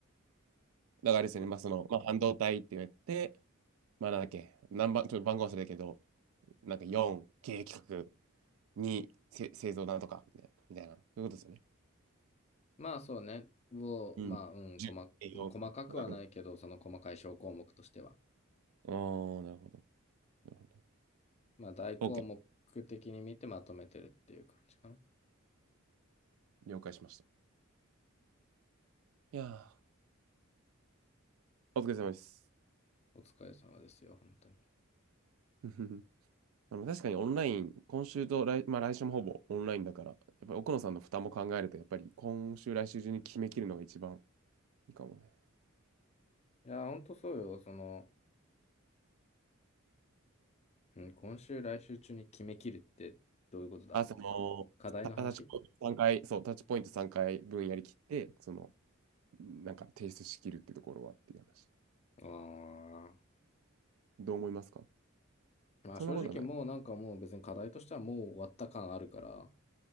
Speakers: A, on the right; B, on the left.
A: だからあれですよね、
B: うん。と
A: まあ、その、まあ、半導体って言って、まあ、なんだっけ、何番、ちょっと番号忘れたけど、なんか4、経営企画、2、せ製造なんとか、みたいな、みたいなそういうことですよね。
B: まあそうね。を、
A: うん。
B: まあ、うん、
A: 10、
B: 細、
A: 営業。
B: もう細かくはないけど、
A: うん。
B: その細かい小項目としては。
A: ああ、なるほど。なるほ
B: まあ、大項目的に見てまとめてるっていう感じかな。
A: ど。OK。了解しました。いやー、お疲れ様です。
B: お疲れ様ですよ、本当に。い
A: <laughs> ふふふあの確かにオンライン、今週と来、まあ、来週もほぼオンラインだから、やっぱり奥野さんの負担も考えると、やっぱり今週、来週中に決めきるのが一番いいかもね。
B: や本当そうよ。その、うん、今週、来週中に決めきるってどういうことだ
A: あ、そのタッチポイント三回、
B: 課題の話
A: そうタッチポイント三回分やり切って、そのなんか提出しきるってところはっていう話。
B: ああ
A: どう思いますか？
B: まあ、
A: そんなことはない。
B: 正直もうなんかもう別に課題としてはもう終わった感あるから、